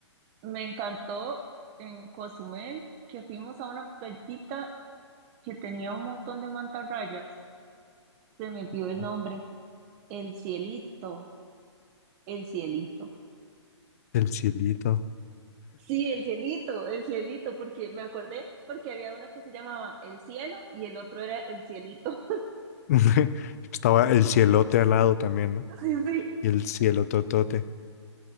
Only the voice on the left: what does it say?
Estuvo
El cielito.
<laughs> Estaba el cielote al lado también, ¿no?
Y el cielo totote.